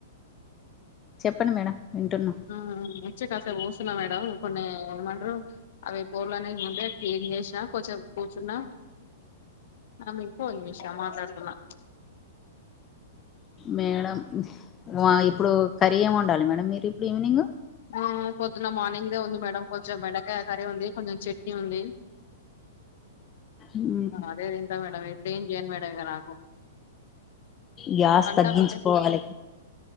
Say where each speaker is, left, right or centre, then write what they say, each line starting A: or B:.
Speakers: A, on the left; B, on the left.
A: చెప్పండి మేడం వింటున్నా
B: ఉమ్మ్ ఉన్నాయి వచ్చి కాసేపు కూర్చున్నా మేడం, కొన్ని ఏమంటారు అవి బోల్ అనేవి ఉంటే క్లీన్ చేసినా కొంచేపు కూర్చున్నా ఆమ్ ఇంకో విషయం మాట్లాడుతున్నా
A: మేడం ఆ ఇప్పుడు కర్రీ ఏమి వండాలి మేడమ్ మీరు ఇప్పుడు ఈవినింగ్
B: ఆ పొద్దున్న మార్నింగ్దే ఉంది మేడం కొంచెం బెండకాయ కర్రీ ఉంది కొంచెం చెట్ నీ ఉంది
A: ఉమ్
B: అదే తింటా మేడం ఇప్పుడు ఏం చేయను మేడం ఇగ నాకు
A: గ్యాస్
B: కంట
A: తగ్గించుకోవాలె
B: ఒకటే